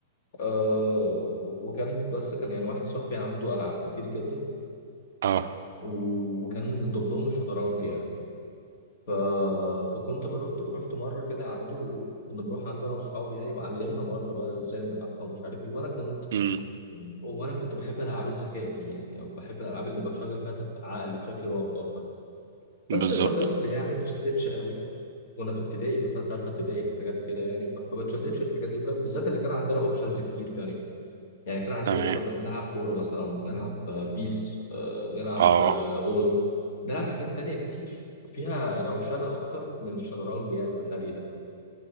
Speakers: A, on the left (about 50°); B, on the right (about 70°).
A: أه وكان بس كان يعني واحد صاحبي عنده العاب كتير جدا
B: اه
A: وكان من ضمنهم الشطرنج يعني ف... فكنت بروح رحت مره كده عنده كنا بنروح عنده انا واصحابي يعني وعلمنا مره بقى ازاي نلعبها ومش عارف ايه وانا كنت
B: امم
A: وانا كنت بحب العاب الذكاء دي يعني او بحب الالعاب اللي بشغل فيها تف- عقلي بشكل ما او باخر بس
B: بالظبط
A: كطفل يعني ما اتشتتش قوي وانا في ابتدائي مثلا ثالثه ابتدائي وحاجات كده يعني ب- فما اتشدتش الحاجات دي وكان بالذات اللي كان عندنا اوبشنز كتير تاني يعني كان عندي
B: تمام
A: اوبشن نلعب كوره مثلا نلعب آه، بيس آه، نلعب
B: اه
A: آه، اونو نلعب حاجات تانية كتير فيها روشنه اكتر من الشطرنج يعني والهري ده